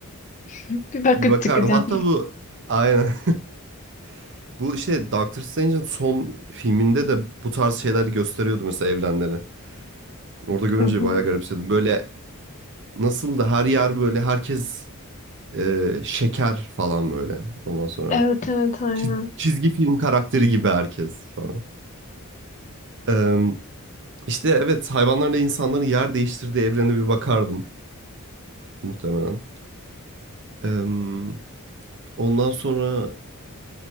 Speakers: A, on the left; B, on the right.
A: <laughs> Bir bakıp
B: Bir bakardım.
A: çıkacağım.
B: Hatta bu aynen <laughs> bu işte Doctor Strange'in son filminde de bu tarz şeyleri gösteriyordu mesela evrenleri. Orada görünce
A: <laughs> Hı hı.
B: bayağı garipsedim. Böyle nasıl da her yer böyle herkes eee, şeker falan böyle. Ondan sonra
A: Evet evet aynen.
B: Çiz- Çizgi film karakteri gibi herkes falan. Eee işte evet hayvanlarla insanların yer değiştirdiği evrene bir bakardım muhtemelen. Eee, ondan sonra